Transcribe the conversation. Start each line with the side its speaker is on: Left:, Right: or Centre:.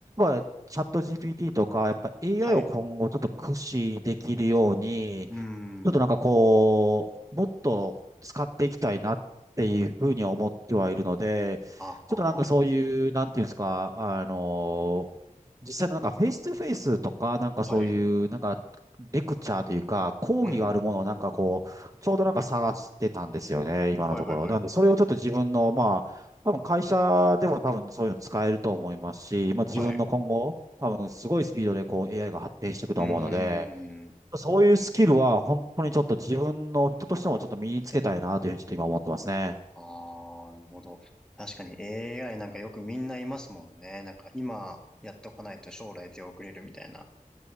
Right: やっぱチャット GPT とか、やっぱ AI
Centre: はい。
Right: を今後ちょっと駆使できるように、
Centre: うー
Right: ちょっとなんかこう、
Centre: ん。
Right: もっと使っていきたいなっていうふうには思ってはいるので、
Centre: あ、
Right: ちょっとなんかそういう、
Centre: あ、あ。
Right: なんていうんですか、あの、実際のなんかフェイストゥフェイスとか、なんかそういう、
Centre: はい。
Right: なんかレクチャーというか、講義があるものをなんかこう、
Centre: うん、うん。
Right: ちょうどなんか探してたんですよね、今のところ。
Centre: はい、はい、はい。
Right: なんで、それをちょっと自分の、まあ、多分会社でも多分そういうの使えると思いますし、まあ自分の今後、
Centre: はい。う
Right: 多分すごいスピードでこう AI が発展していくと思うので、
Centre: ーん。
Right: そういうスキルは本当にちょっと自分の人としてもちょっと身につけたいなというふうにちょっと今思ってますね。
Centre: ああ、なるほど。確かに AI なんかよくみんないますもんね。なんか今やっとかないと将来出遅れるみたいな。